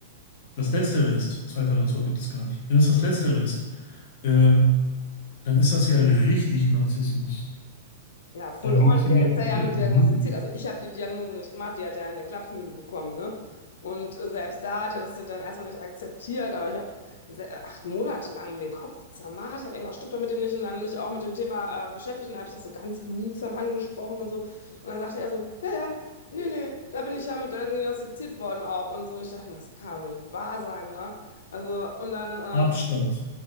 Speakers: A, on the left (about 55°); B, on the left (about 85°).
A: das Letztere ist, Zweitere, das Wort gibt es gar nicht. Wenn es das Letztere ist, ähm, dann ist das ja richtig Narzissmus.
B: Ja, full
A: Dann
B: on.
A: geht es ihm
B: Der
A: ja
B: ist
A: komplett
B: da ja mit
A: nur
B: diagnostiziert.
A: um
B: Also ich habe die Diagnose nicht gemacht, die hat er in der Klapsmühle bekommen, ne? Und äh, selbst da hat er das ja dann erstmal nicht akzeptiert, aber ich habe se- äh, acht Monate lang mit dem Kopf zermartert, irgendwas stimmt doch mit dem nicht und dann mich auch mit dem Thema äh, beschäftigt und dann habe ich das so ganz behutsam angesprochen und so. Und dann sagte er so, ja, ja, nee, nee, da bin ich ja mit diagnostiziert worden auch und so. Und ich dachte mir, das kann doch nicht wahr sein, ne? Also und dann
A: Abstand.
B: ähm,